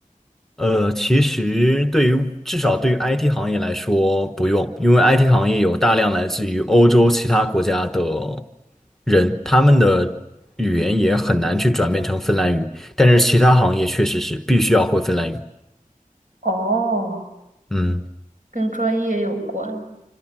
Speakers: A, in the centre; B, on the right.
A: 呃，其实对于至少对于 IT 行业来说不用，因为 IT 行业有大量来自于欧洲其他国家的人，他们的语言也很难去转变成芬兰语，但是其他行业确实是必须要会芬兰语。
B: 哦。
A: 嗯，
B: 跟专业有关。